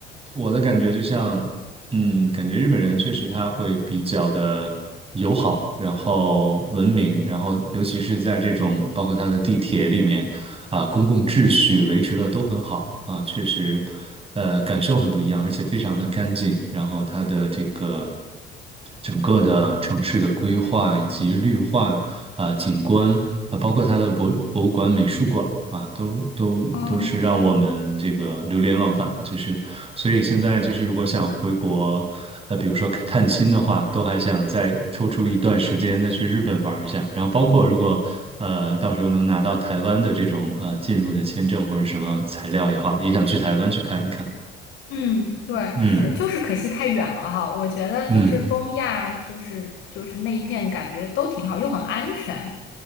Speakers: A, on the right; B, on the left.
A: 我的感觉就像，嗯，感觉日本人确实他会比较的友好，然后文明，然后尤其是在这种包括他的地铁里面。啊，公共秩序维持的都很好啊，确实，呃，感受很不一样，而且非常的干净。然后它的这个整个的城市的规划以及绿化啊，景观啊，包括它的博博物馆、美术馆啊，都都都是让我们这个流连忘返。
B: 哦，
A: 就是，所以现在就是如果想回国，呃，比如说探亲的话，都还想再抽出一段时间再去日本玩一下。然后包括如果呃到时候能拿到台湾的这种呃进入的签证或者什么材料也好，也想去台湾去看一看。
B: 嗯，对，
A: 嗯
B: 是，就是可惜太远了哈。我觉得就是东亚，
A: 嗯
B: 就是就是那一片感觉都挺好，又很安全，